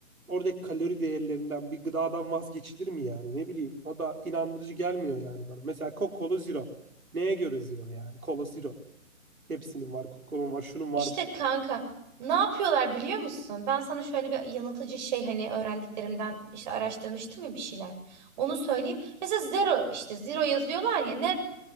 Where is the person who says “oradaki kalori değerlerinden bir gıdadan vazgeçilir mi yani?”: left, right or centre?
Right